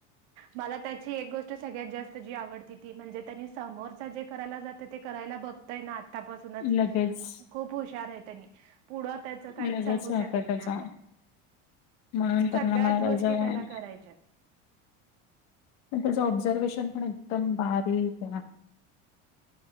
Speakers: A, on the right (about 80°); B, on the left (about 50°).
A: मला त्याची एक गोष्ट सगळ्यात जास्त जी आवडती ती म्हणजे त्यांनी समोरचा जे करायला जातं ते करायला बघ. आतापासूनच
B: लगेच
A: खूप हुशार आहे त्यांनी पुढ काही
B: लगेच
A: सांगू
B: होतं
A: शकत
B: त्याचा
A: नाही आपण.
B: म्हणून त्यांना
A: सगळ्याच
B: मला त्याचं
A: गोष्टी त्याला करायच्या.
B: त्याचं ऑब्झर्वेशन पण एकदम बारीक आहे.